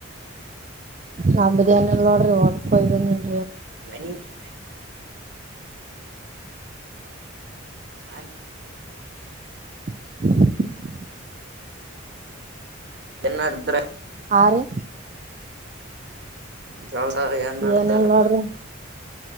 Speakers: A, on the right; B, on the right.
A: ನಮ್ದ ಏನಿಲ್ಲ ನೋಡ್ರಿ ಹೋಲುಕ್ ಹೋಗ್ ಬಂದಿನಿ.
B: ಮನಿಗಿ ಆಲಿಗೆ.
A: <unintelligible>
B: ಏನಡದ್ರ
A: ಆ ರಿ
B: ಕೆಲ್ಸ ಏನ್ ನಡದಾರ
A: ಏನ ಇಲ್ಲ ನೋಡ್ರಿ.